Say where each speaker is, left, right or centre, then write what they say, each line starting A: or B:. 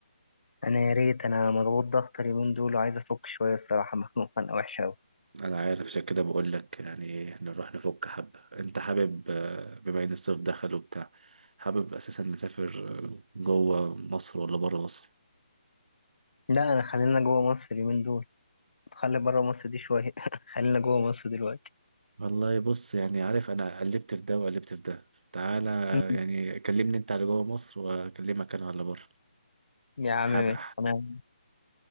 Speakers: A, on the left (about 80°); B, on the right (about 65°).
A: انا يا ريت انا مضغوط ضغط اليومين دول وعايز افك شويه الصراحه مخنوق خنقه وحشه قوي
B: انا عارف عشان كده بقول لك يعني إيه، نروح نفك حبه انت حابب آه، بما ان الصيف دخل وبتاع حابب اساسا نسافر آه، جوه مصر ولا بره مصر
A: لا انا خلينا جوه مصر اليومين دول خلي بره مصر دي شويه <laughs> خلينا جوه مصر دلوقتي
B: والله بص يعني عارف انا قلبت في ده وقلبت في ده تعالى آه،
A: مم.
B: يعني كلمني انت على جوه مصر واكلمك انا على بره
A: يا عم
B: حابب
A: ماشي انا